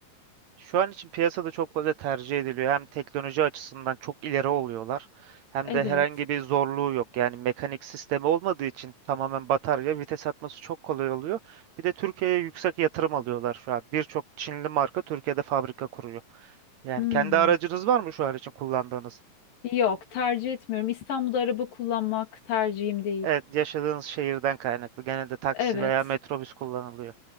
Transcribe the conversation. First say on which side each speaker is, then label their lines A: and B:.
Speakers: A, on the right; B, on the left.
A: Şu an için piyasada çok fazla tercih ediliyor. Hem teknoloji açısından çok ileri oluyorlar, hem
B: Evet.
A: de herhangi bir zorluğu yok. Yani mekanik sistemi olmadığı için tamamen batarya, vites atması çok kolay oluyor. Bir de Türkiye'ye yüksek yatırım alıyorlar şu an. Birçok Çinli marka Türkiye'de fabrika kuruyor. Yani
B: Hmm.
A: kendi aracınız var mı şu an için kullandığınız?
B: Yok tercih etmiyorum. İstanbul'da araba kullanmak tercihim değil.
A: Evet, yaşadığınız şehirden kaynaklı. Genelde taksi
B: Evet.
A: veya metrobüs kullanılıyor.